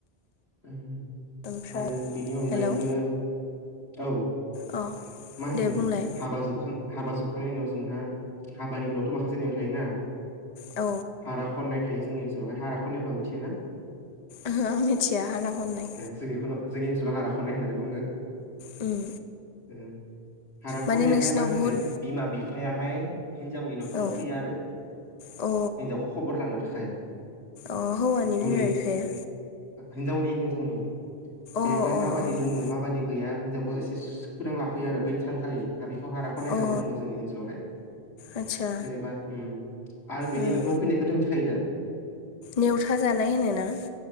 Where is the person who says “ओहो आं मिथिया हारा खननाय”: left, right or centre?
Left